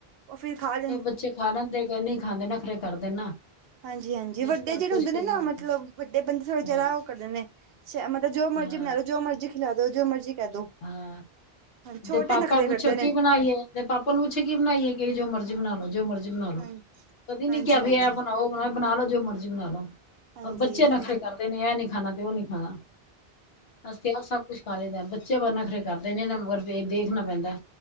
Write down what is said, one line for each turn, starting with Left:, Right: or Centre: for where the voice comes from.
Right: ਉਹ ਫਿਰ ਖਾਲ
Left: ਫੇਰ ਬੱਚੇ ਖਾਣਾਂ ਨਹੀਂ ਖਾਂਦੇ, ਨਖ਼ਰੇ ਕਰਦੇ ਨੇ ਨਾ।
Right: ਹਾਂਜੀ ਹਾਂਜੀ‌,
Left: ਇਸ
Right: ਵੱਡੇ
Left: ਕਰ
Right: ਜਿਹੜੇ
Left: ਪੁੱਛ
Right: ਹੁੰਦੇ
Left: ਕੇ
Right: ਨੇ ਨਾ
Left: ਬਣਾਉਣੀ
Right: ਮਤਲਬ, ਵੱਡੇ ਬੰਦੇ ਥੋੜੇ ਜ਼ਿਆਦਾ
Left: ਹਾਂ
Right: ਉਹ ਕਰਦੇ ਨੇ ਸ ਮਤਲਬ ਜੋ ਮਰਜ਼ੀ
Left: ਹਾਂ
Right: ਬਣਾ ਲੋ, ਜੋ ਮਰਜ਼ੀ ਖਿਲਾ ਦੋ, ਜੋ ਮਰਜ਼ੀ ਕਹਿ ਦੋ
Left: ਹਾਂ,
Right: ਹਾਂ ਛੋਟੇ
Left: ਜੇ ਪਾਪਾ
Right: ਨਖਰੇ
Left: ਪੁੱਛੋ
Right: ਕਰਦੇ ਨੇ
Left: ਕੀ ਬਣਾਈਏ ਤੇ ਪਾਪਾ ਨੂੰ ਪੁੱਛਏ ਕੀ ਬਣਾਈਏ ਕਿ ਜੋ ਮਰਜੀ ਬਣਾ ਲੋ, ਜੋ ਮਰਜ਼ੀ ਬਣਾ ਲੋ,
Right: ਹਾਂ
Left: ਕਦੇ ਨੀ
Right: ਹਾਂਜੀ-ਹਾਂਜੀ
Left: ਕਿਹਾ ਵੀ ਇਹ ਬਣਾਓ, ਬ ਬਣਾ ਲੋ ਜੋ ਮਰਜ਼ੀ ਬਣਾ ਲੋ।
Right: ਹਾਂਜੀ-ਹਾਂਜੀ
Left: ਪਰ ਬੱਚੇ ਨਖ਼ਰੇ ਕਰਦੇ ਨੇ ਇਹ ਨੀ ਖਾਣਾ ਤੇ ਉਹ ਨੀ ਖਾਣਾ, ਅਸੀਂ ਤੇ ਇਹ ਸਭ ਕੁਛ ਖਾ ਲਈਦਾ। ਚੇ ਪਰ ਨਖ਼ਰੇ ਕਰਦੇ ਨੇ ਨੰਬਰ ਤੇ ਦੇਖਣਾ ਪੈਂਦਾ।